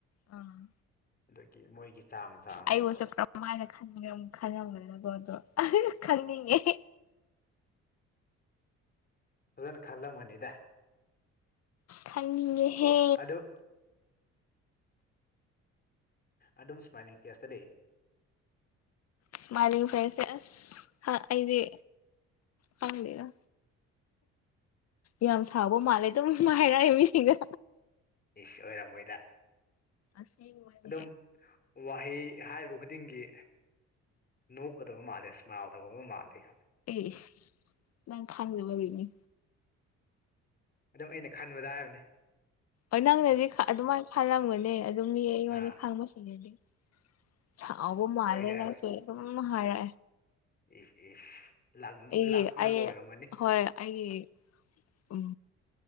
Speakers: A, on the left; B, on the left.
A: ꯑꯥ
B: ꯑꯗꯒꯤ ꯃꯣꯏꯒꯤ ꯆꯥꯡ ꯆꯥꯡꯗꯀꯣ
A: ꯑꯩꯉꯣꯟꯁꯨ ꯀꯔꯝꯃꯥꯏꯅ ꯈꯜꯂꯝꯒꯗꯕꯣꯗꯣ ꯈꯪꯅꯤꯡꯉꯦ
B: ꯑꯗꯨꯅ ꯈꯜꯂ ꯃꯅꯤꯗ
A: ꯈꯪꯦꯍꯦ
B: ꯑꯗꯨ ꯑꯗꯨꯝ ꯁꯃꯥꯏꯅꯤꯡ ꯀꯌꯥꯁꯦ
A: ꯁꯃꯥꯏꯂꯤꯡ ꯐ꯭ꯂꯦꯁꯦꯁ ꯑꯩꯗꯤ ꯐꯥꯡꯕꯤꯔ ꯌꯥꯝ ꯁꯥꯕ ꯃꯥꯜꯂꯦ ꯑꯗꯨꯝ ꯍꯥꯏꯔꯛꯑꯦ ꯃꯤꯁꯤꯡꯅ
B: ꯏꯁ ꯑꯣꯏꯔꯝꯃꯣꯏꯗ
A: ꯑꯁ ꯃꯅꯦ
B: ꯑꯗꯨꯝ ꯋꯥꯍꯩ ꯍꯥꯏꯔꯤꯕ ꯈꯨꯗꯤꯡꯒꯤ ꯅꯨ ꯀꯗꯕꯨ ꯃꯥꯂ ꯏꯁꯃꯎ ꯇ ꯀ ꯃꯥ ꯂꯩ
A: ꯑꯦ ꯅꯪ ꯈꯪꯖꯕ ꯂꯩꯅꯤ
B: ꯑꯗꯨꯝ ꯑꯩꯅ ꯈꯟꯕꯗ ꯍꯥꯏꯕꯅꯦ
A: ꯍꯣꯏ ꯅꯪꯅꯗꯤ ꯑꯗꯨꯃꯥꯏꯅ ꯈꯜꯂꯝꯒꯅꯤ ꯑꯗꯨꯝ ꯃꯤ ꯑꯩꯉꯣꯟꯗ
B: ꯑꯥ
A: ꯈꯪꯕꯁꯤꯅꯦꯗꯤ ꯆꯥꯎꯕꯨꯣ ꯃꯥꯂꯦ
B: ꯑꯣꯏꯗꯦ ꯍꯥꯏꯕ
A: ꯅꯁꯨ ꯑꯗꯨꯝ ꯍꯥꯔ
B: ꯏꯁ ꯏꯁ
A: ꯑꯩꯒꯤ
B: ꯂꯥꯛꯅꯕ
A: ꯑꯩ
B: ꯑꯣꯏꯔꯝꯃꯅꯤ
A: ꯍꯣꯏ ꯑꯩꯒꯤ ꯎꯝ